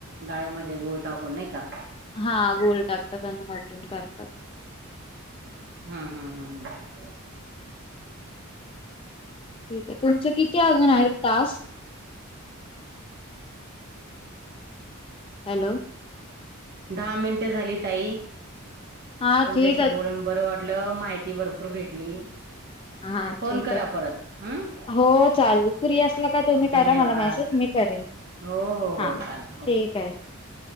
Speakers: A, on the right; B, on the left.
A: डाळ्यामध्ये गोळ टाकून नाही का
B: हा गोलोल टाकतात वाजून करतात
A: हम्म हम्म हम्म हम्म
B: ठीक आहे तुमचं किती अजून आहे तास हॅलो
A: दहा मिनट झाली ताई
B: हा
A: तमच्याशी
B: ठीक आहे
A: बोलून बर वाट म्हंटल माहिती भरपूर भेटली
B: हा
A: फोन
B: ठीक
A: करा
B: आहे
A: परत हं.
B: हो चालेल फ्री असला का तुम्ही
A: धन्यवाद
B: करा मला मेसेज मी करेन.
A: हो हो हो
B: हा
A: चालेल ओके
B: ठीक आहे.